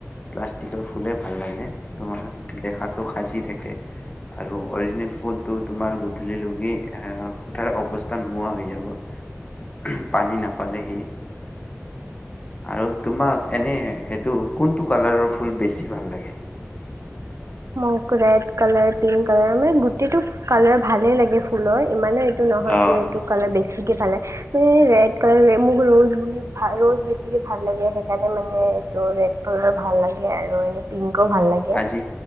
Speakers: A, on the left; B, on the right.
A: প্লাষ্টিকৰ ফুলে ভাল লাগে তোমাৰ দেখাতটো সাজি থাকে আৰু অৰিজিনেল ফুলটো তোমাৰ গধূলি লগাই এ তাৰ অৱস্থা নোহোৱা হৈ যাব পানী নাপালে সি আৰু তোমাক এনে এইটো কোনটো কালাৰৰ ফুল বেছি ভাল লাগে
B: মই ৰেড কালাৰ পিংক কালাৰ মানে গোটেইটো। কালাৰ ভালেই লাগে ফুলৰ ইমানে এইটো নহয়
A: অ'।
B: যে এইটো কালাৰ বেছিকে ভাল লাগে। মানে ৰেড কালাৰ মোক ৰ'জ বুলি ভ ৰ'জ বেছিকে ভাল লাগে সেইকাৰণে মানে এইটো ৰেড কালাৰ ভাল লাগে আৰু এনে। পিংকো ভাল লাগে।
A: আজি